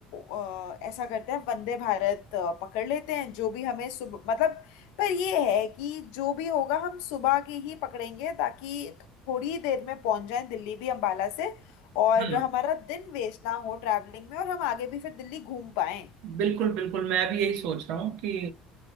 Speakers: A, on the left; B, on the right.
A: अ, ऐसा करते हैं वंदे भारत अ, पकड़ लेते हैं जो भी हमें सुबह मतलब पर ये है कि जो भी होगा हम सुबह की ही पकड़ेंगे ताकि थोड़ी देर में पहुंच जाएं दिल्ली भी अंबाला से और
B: हाँ
A: हमारा दिन वेस्ट ना हो ट्रैवलिंग में और हम आगे भी फिर दिल्ली घूम पाएं
B: बिल्कुल बिल्कुल मैं भी यही सोच रहा हूँ कि